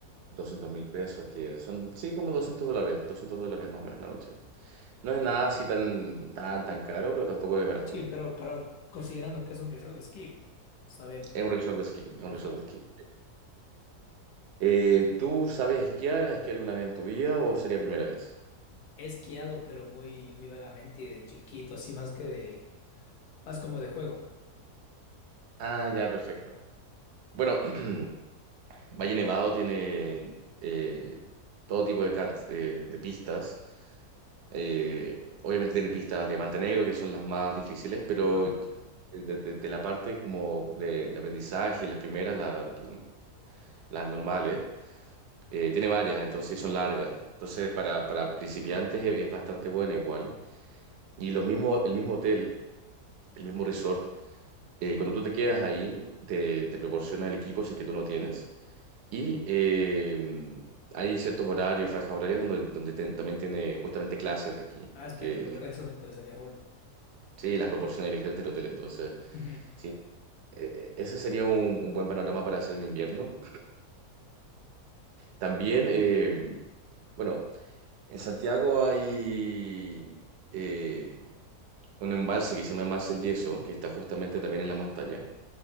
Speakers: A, on the right; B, on the left.
A: doscientos mil pesos, que son, sí, como 200 dólares, 200 dólares más o menos la noche. No es nada así tan, tan, tan caro, pero tampoco es barato.
B: Sí, pero, pero considerando que es un resort de esquí, está bien.
A: Es un resort de esquí, es un
B: Ajá.
A: resort de esquí. Eh, ¿tú sabes esquiar? ¿Has esquiado alguna vez en tu vida o sería primera vez?
B: He esquiado, pero muy, muy vagamente y de chiquito, así más que de, más como de juego.
A: Ah, ya, perfecto. Bueno, <clears throat> Valle Nevado tiene eh, todo tipo de, can- eh, de pistas. Eh, obviamente tiene pistas Diamante Negro, que son las más difíciles, pero
B: Ajá.
A: de, de- de la parte como de, de aprendizaje, las primeras, la- la- las normales, eh, tiene varias, entonces y son largas. Entonces para, para principiantes es, es bastante buena igual. Y los mismo, el mismo hotel, el mismo resort. eh, cuando tú te quedas ahí, te, te proporciona el equipo si es que tú no tienes. Y eh, hay ciertos horarios, franjas horarias, donde, donde te- también tiene justamente clases de esquí,
B: Ah, espectacular,
A: que las,
B: eso me interesaría full.
A: sí, las proporciona directamente el hotel. Entonces,
B: Ujú.
A: sí, eh, eh, ese sería un, un buen panorama para hacer en invierno. También, eh, bueno, en Santiago hay eh, un embalse que se llama Embalse El Yeso, que está justamente también en la montaña.